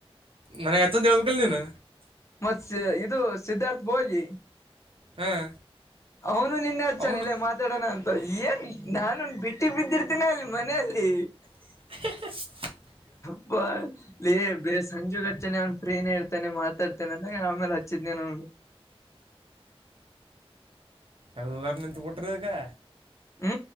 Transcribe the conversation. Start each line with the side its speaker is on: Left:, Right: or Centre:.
Right: ನನಗೆ ಅತ್ತಂದು ಹಳ್ಬೇಕಲ್ ನೀನು
Left: ಮತ್ ಇದು ಸಿದ್ಧಾರ್ಥ ಬೋಗಿ
Right: ಹಾಂ
Left: ಅವನು ನಿನ್ನೆ ಹಚ್ಚಾನಲ್ಲ
Right: ಅವನು
Left: ಮಾತಾಡೋಣ ಅಂತ ಏನ್ ನಾನು ಬಿಟ್ಟಿ ಬಿದ್ದಿರ್ ತ್ತಿನಲ್ಲಿ ಮನೆಯಲ್ಲಿ
Right: <inaudible>
Left: ಪ್ಪ ಬೇ ಸಂಜುಗ ಹಚ್ಚನ ಅವನ್ ಫ್ರೀನೇ ಇರ್ತಾನೆ ಮಾತಾಡ್ತ ಮಂದಗೆ ಆಮೇಲೆ ಹಚ್ಚಿದ್ನೇ ನ
Right: ಎಲ್ಲರ ನಿಂತುಬಟ್ರದಕ್ಕ
Left: ಹ